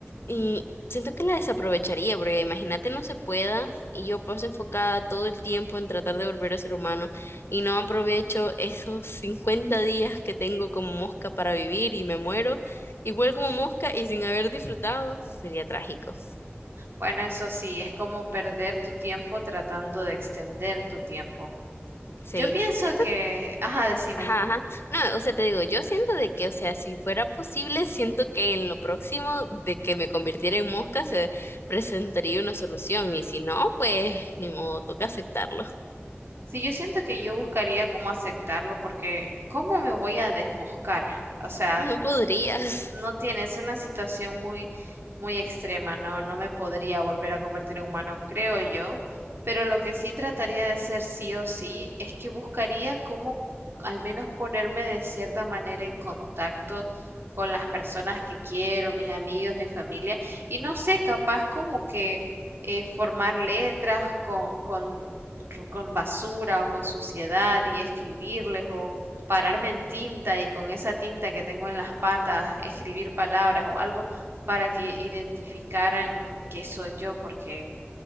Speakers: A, on the left; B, on the right.
A: Y siento que la desaprovecharía, porque imagínate no se pueda y yo paso enfocada todo el tiempo en tratar de volver a ser humano y no aprovecho esos 50 días que tengo como mosca para vivir y me muero igual como mosca y sin haber disfrutado, sería trágico.
B: Bueno, eso sí, es como perder tu tiempo tratando de extender tu tiempo.
A: Sí,
B: Yo pienso
A: siento,
B: que, ajá, decime,
A: ajá, ajá. No, o sea, te digo, yo siento de que, o sea, si fuera posible, siento que en lo próximo de que me convirtiera en mosca se presentaría una solución y si no, pues ni modo, toca aceptarlo.
B: si yo siento que yo buscaría cómo aceptarlo, porque ¿cómo me voy a desmoscar? O sea,
A: No podrías.
B: No tienes una situación muy, muy extrema, ¿no? No me podría volver a convertir en humano, creo yo, pero lo que sí trataría de hacer sí o sí es que buscaría cómo al menos ponerme de cierta manera en contacto con las personas que quiero, mis amigos, mi familia, y no sé, capaz como que eh, formar letras con, con, con basura o con suciedad y escribirles o pararme en tinta y con esa tinta que tengo en las patas escribir palabras o algo para que identificaran que soy yo, porque